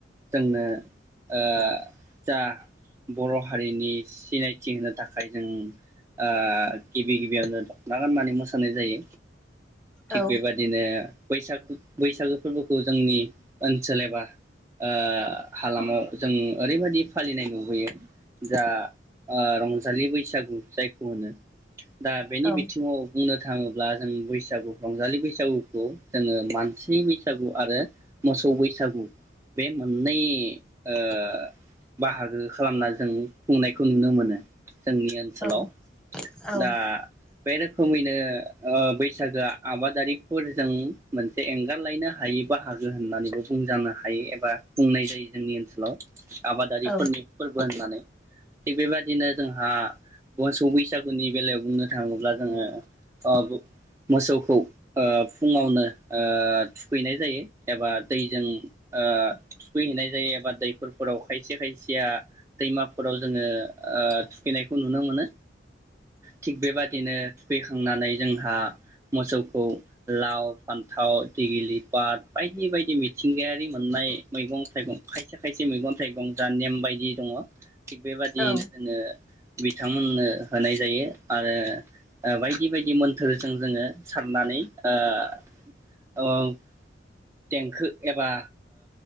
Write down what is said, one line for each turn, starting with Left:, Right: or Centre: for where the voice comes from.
Right: जोंनो ओ-जा बर' हारिनि सिनायथि होनो थाखाय जों ओ-गिबि गिबियावनो। मा गाननानै मोसानाय जायो। थिग
Centre: औ
Right: बेबादिनो। बैसागु बैसागो फोरबोखौ जोंनि ओनसोल एबा ओ हालामाव जों ओरैबायदि। फालिनाय लुबैयो। जा ओ-रंजालि बै सागु जायखौ होनो। दा बेनि
Centre: औ
Right: बि बुंनो थाङोब्ला जों बैसागु रंजालि बैसागुखौ जोङो मानसि बैसागु आरो मोसौ बैसागु बे मोननै ओ बाहागो खालामना जों खुंनायखौ नुनो मोनो। जोंनि ओनसोलाव।
Centre: औ औ
Right: दा बे रोखोमैनो। ओ-बैसागोआ आबादारिफोरजों मोनसे एंगारलायनो हायै बाहागो होननानैबो बुंजानो हायो एबा बुंनाय जायो जोंनि ओनसोलाव। आबादारिफोरनि
Centre: औ
Right: फोरबो होननानै। थिग बेबायदिनो जोंहा मोसौ बैसा गुनि बेलायाव बुंनो थाङोब्ला जोङो ओ-मोसौखौ ओ- फुङावनो ओ-थुखैनाय जायो एबा दैजों ओ- थुखैहैनाय जायो एबा दैफोरफोराव खायसे खायसेया दैमाफोराव जोङो ओ-थुखैनायखौ नुनो मोनो थिग बेबादिनो थुखैखां नानै जोंहा मोसौखौ। लाव फान थाव देगिलि पाट बायदि बायदि मिथिंगायारि मोननाय मैगं थाइगं खायसे खायसे मैगं थाइगं जा नेम बायदि दङ। थिग बेबादियैनो
Centre: औ
Right: जोङो। बिथांमोननो। होनाय जायो आरो ओ-बायदि बायदि मोन्थोरजों जोङो सारनानै ओ- ओ-देंखो एबा